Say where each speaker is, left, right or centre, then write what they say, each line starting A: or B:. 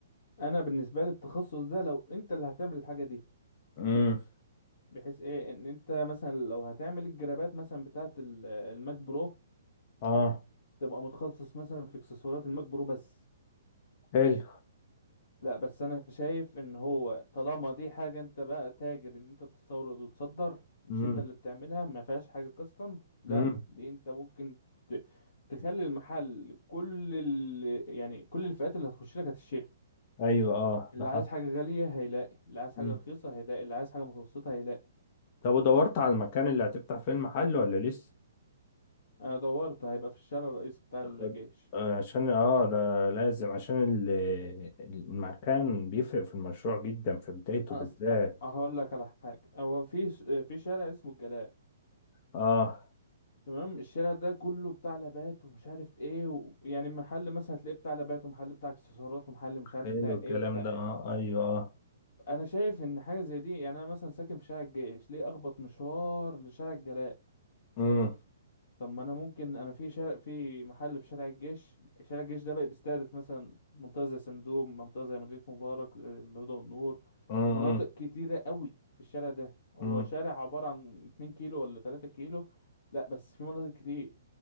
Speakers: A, on the left; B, on the left.
A: انا بالنسبه لي التخصص ده لو انت اللي هتعمل الحاجه دي
B: امم
A: بحيث ايه ان انت مثلا لو هتعمل الجرابات مثلا بتاعه ال- آه، الماك برو
B: اه
A: تبقى متخصص مثلا في اكسسوارات الماك برو بس
B: حلو
A: لا بس انا شايف ان هو طالما دي حاجة انت بقى تاجر ان انت بتستورد وتصدر مش
B: امم
A: انت اللي بتعملها ما فيهاش حاجة كاستم لا
B: امم
A: دي انت ممكن ت- تخلي المحل كل ال... يعني كل الفئات اللي هتخش لك هتشتري
B: ايوه اه
A: اللي
B: ده حصل
A: عايز حاجة غالية هيلاقي اللي عايز حاجة
B: امم
A: رخيصة هيلاقي اللي عايز حاجة متوسطة هيلاقي
B: طب ودورت على المكان اللي هتفتح فيه المحل ولا لسه
A: انا دورت هيبقى في الشارع الرئيسي بتاع الجيش
B: خد- آه، عشان اه ده لازم عشان ال- المكان بيفرق في المشروع جدا في بدايته
A: اصلا
B: بالذات
A: هقول لك على حاجة هو في س- في شارع اسمه الجلاء
B: اه
A: تمام الشارع ده كله بتاع لابات ومش عارف ايه و... يعني محل مثلا هتلاقيه بتاع لابات ومحل بتاع اكسسوارات ومحل مش عارف
B: حلو
A: بتاع
B: الكلام
A: ايه وبتاع
B: ده
A: ايه
B: اه ايوه اه
A: انا شايف ان حاجه زي دي يعني انا مثلا ساكن في شارع الجيش ليه اخبط مشوار لشارع الجلاء
B: امم
A: طب ما انا ممكن انا في شارع في محل في شارع الجيش شارع الجيش ده بقى بيستهدف مثلا منطقه زي سندوم منطقه زي مدينه مبارك الهدى والنور
B: امم
A: مناطق كتيره قوي في الشارع ده هو
B: امم
A: شارع عباره عن 2 كيلو ولا 3 كيلو لا بس في مناطق كتير